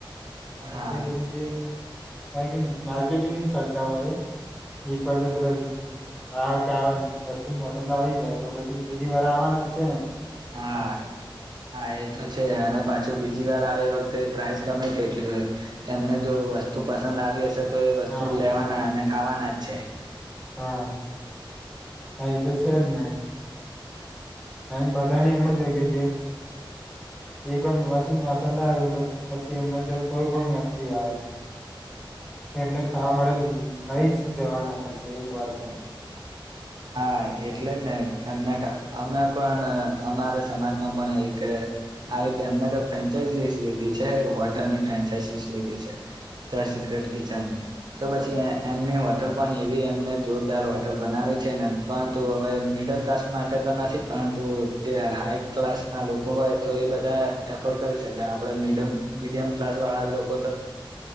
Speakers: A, on the right (about 55°); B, in the centre.
A: હા
B: એટલે બધી જે કારણ કે માર્કેટિંગ કરતા હોય એક વાર જો બધા ગ્રાહક આવે ને વસ્તુ પસંદ આવી જાય તો પછી બીજી વાર આવાના. અચ્છા.
A: હા હા એ તો છે અને પાછું બીજું બીજી વાર આવે એ વખતે પ્રાઇસ ગમે તેટલી હોય એમને જો વસ્તુ પસંદ આવી હશે. તો એ વસ્તુ
B: હા
A: લેવાના અને ખાવાના જ છે.
B: હા હા એ તો છે જ ને. અને બધાની એમ જ હોય કે જે. એક વાર વસ્તુ પસંદ આવી પછી એમને ત્યાં કોઈ પણ વ્યક્તિ આવે. <inaudible> એમને ખાવા માટેે લઈ જ જવાના છે. એક વાર તો
A: હા એટલે જ ને એમને અમે પણ અમારા સમાજમાં પણ એક આવી તેમને તો ફ્રેન્ચાઇસિસ લીધી છે. હોટેલ ની ફ્રેન્ચાઇસિસ લીધી છે. <unintelligible> તો પછી એમની હોટલ પણ એવી એમને જોરદાર હોટલ બનાવી. છે ને પરંતુ હવે મિડલ ક્લાસ માટે તો નથી. પરંતુ જે હાઈ ક્લાસ ના લોકો હોય તો એ બધા એફોર્ડ કરી શકે. અને આપડે મિડલ મીડિયમ ક્લાસ વાળા લોકો